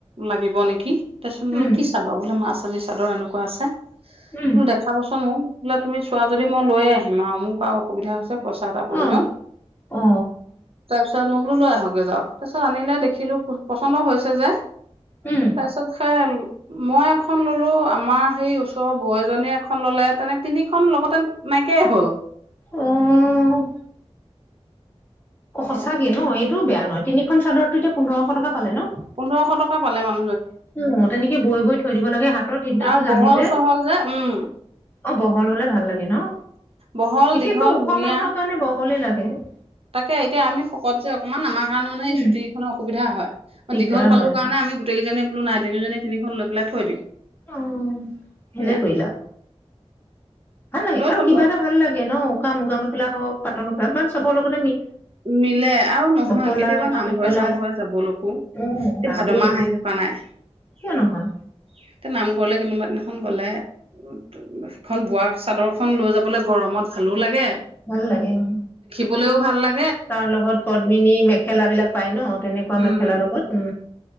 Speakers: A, on the right; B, on the left.
A: মাগিব নেকি। তাৰ পিছত বোলো
B: উম
A: কি চাবা বোলে মাছ। যদি চাদৰ এনেকুৱা আছে। মোক
B: উম
A: দেখাবছোন মোক। লোৱা তুমি চোৱা যদি মই লৈয়ে আহিম আৰু মোক আৰু অসুবিধা হৈছে। পইচা এটা
B: অ
A: পৰি যাম।
B: অ
A: তাৰপিছত ম। লৈ আহৈগেক যাওক। তাৰপিছত আনিলে দেখিলো পচন্দ হৈছে যে।
B: উম
A: তাৰছত সেয়া। মই এখন ললো আমাৰ সেই ওচৰৰ বৌ এজনীয়ে এখন ললে তেনে তিনিখন লগতে নাইকিয়াই হ'ল।
B: অ' অ'
A: সেয়া
B: সঁচাকে ন। টো বেয়া নহয় তিনিখন চাদৰতটো এতিয়া পোন্ধৰশ টকা পালে ন?
A: পোন্ধৰশ টকা পালে মি
B: অ', তেনেকৈ বই বই থৈ দিব লাগে হাতৰ বিদ্যাটো
A: আৰু
B: জানিলে
A: বহল চহল যে উম
B: অ', বহল হলে ভাল লাগে ন?
A: বহল
B: বিশেষকৈ
A: দীঘল
B: ওখ
A: ধুনীয়া
B: মানুহৰ কাৰণে বহল এ, লাগে। <unintelligible>
A: তাকে এতিয়া আমি শকত যে অকমান আমা কাৰণে মানে
B: উম
A: চুটি সুবিধা হয়। অ'
B: দিগদাৰ
A: দীঘল পালোঁ
B: হয়
A: কাৰণে আমি গোটেইকেইজনীয়ে কোনো নাই তিনিজনীয়ে তিনিখন লৈ পেলাই থৈ দিম।
B: অ'
A: সেয়া
B: ভালে কৰিলা। ভাল লাগে
A: লৈ
B: আৰু
A: থলো
B: কিবা এটা ভাল লাগে ন উকা মুগা মেখেলা হক পাট মেখেলাখন চ'ব লগত
A: মিলে আও নহয়
B: কলা
A: কেতিয়াবা
B: ৰঙা
A: নামঘৰে
B: মেখেলা
A: চাকিৰে যাবলৈকো
B: উম
A: তে
B: লাগেই কিয় নহয়
A: নামঘৰলৈ কোনোবা দিনাখন গলে হেখন বোৱা চাদৰখন লৈ যাবলৈ গৰমত ভালো লাগে
B: ভাল লাগে অ'
A: গলেও ভাল লা
B: তা লগত পদ্মমিনী মেখেলাবিলাক পায় ন তেনেকুৱা
A: উম
B: মেখেলা লগত উ